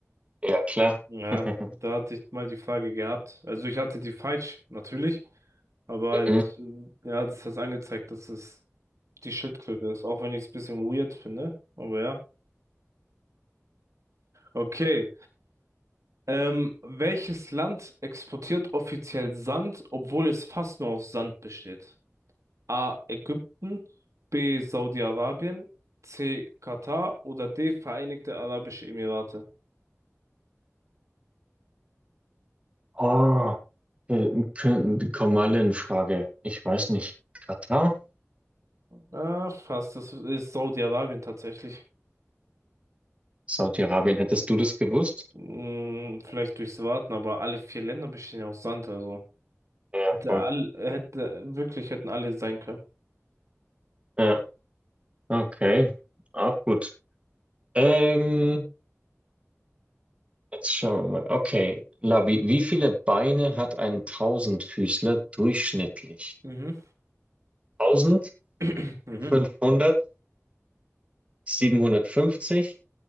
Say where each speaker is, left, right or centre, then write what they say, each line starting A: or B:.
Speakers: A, on the right; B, on the right.
A: Ja, klar.
B: Ja,
A: <laughs>
B: da hatte ich mal die Frage gehabt. Also ich hatte die falsch, natürlich. Aber halt,
A: Mhm.
B: äh, ja, das hat angezeigt, dass es die Schildkröte ist, auch wenn ich es ein bisschen weird finde. Aber ja. Okay. Ähm, welches Land exportiert offiziell Sand, obwohl es fast nur aus Sand besteht? A. Ägypten, B. Saudi-Arabien, C. Katar oder D. Vereinigte Arabische Emirate.
A: Oh, äh, k- die kommen alle in Frage. Ich weiß nicht. Katar?
B: Ah, fast, das ist Saudi-Arabien tatsächlich.
A: Saudi-Arabien, hättest du das gewusst?
B: Hm, vielleicht durchs Warten, aber alle vier Länder bestehen ja aus Sand, also
A: Ja,
B: hätte
A: voll.
B: all, hätte, wirklich hätten alle sein können.
A: Ja, okay. Auch gut. Ähm, jetzt schauen wir mal. Okay, Labi, wie viele Beine hat ein Tausendfüßler durchschnittlich?
B: Mhm.
A: Tausend?
B: <clears throat> Mhm.
A: Fünfhundert? Siebenhundertfünfzig?